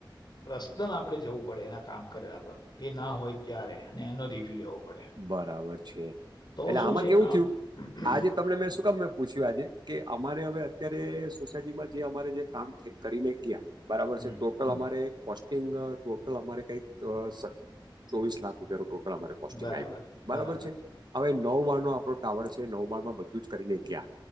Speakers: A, on the left; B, on the right.
A: પર્સનલ આપડે જવું પડે એના કામ. કર્યા પર એ ના હોય ત્યારે અને એનો રિવ્યુ લેવો. પડે
B: બરાબર છે.
A: તો
B: એટલે
A: શું
B: આમાં
A: છે
B: કેવું
A: આપ
B: થયું
A: હમ
B: આજે તમને મેં શું કામ પૂછ્યું આજે કે અમારે હવે અત્યારે સોસાયટીમાં જે અમારે જે કામ કરીને ગયા બરાબર
A: હમ
B: છે ટોટલ
A: હમ
B: અમારે કોસ્ટ કોસ્ટિંગ ટોટલ અમારે કઈક અ સત ચોવીસ લાખ રૂપિયા ટોટલ અમારે. માર્ઝીન
A: બરાબર
B: આવ્યું બરોબર
A: બરાબર
B: છે. હવે નવ માળ નો આપણો ટાવર છે નવ માળમાં બધું જ કરીને ગયા